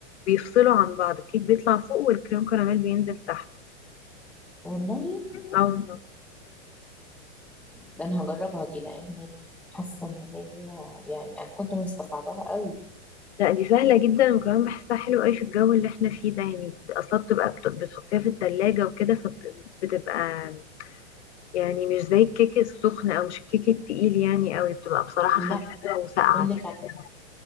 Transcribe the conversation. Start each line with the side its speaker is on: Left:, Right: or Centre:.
Left: بيفصلوا عن بعض الكيك بيطلع فوق والكريم كراميل بينزل تحت
Centre: والله
Left: اه والله.
Centre: ده أنا هجربها دي لأن حاسة إن هي يعني أنا كنت مستصعباها قوي
Left: لا دي سهلة جدا وكمان بحسها حلو قوي في الجو اللي احنا فيه ده يعني اصلا بتبقى بت- بتحطيها في التلاجة وكده فبتبقى يعني مش زي الكيك السخن او مش الكيك التقيل يعني قوي بتبقى بصراحة
Centre: لا
Left: خفيفة وساقعة
Centre: أقول لك
Left: كده